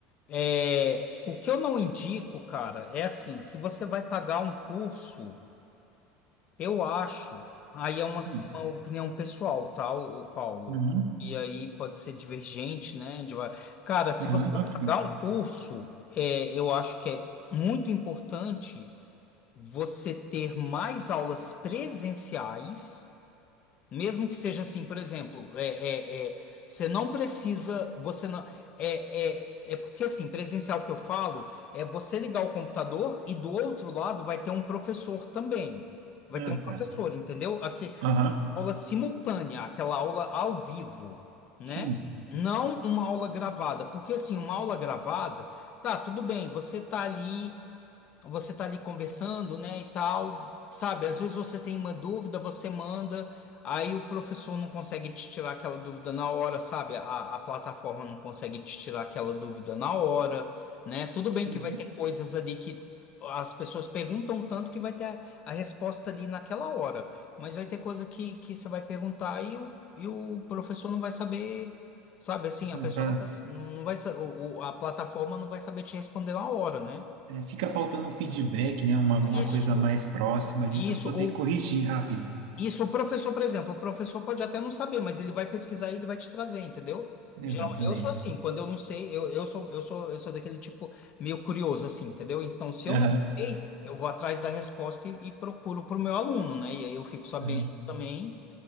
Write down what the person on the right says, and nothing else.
Hum.
Uhum.
Aham,
não, tranquilo.
Ah,
tá.
Aham,
sim.
Uhum.
Exato.
É, fica faltando um feedback, né? Uma, uma
coisa mais próxima ali
para poder
corrigir rápido.
Exatamente.
Aham,
aham.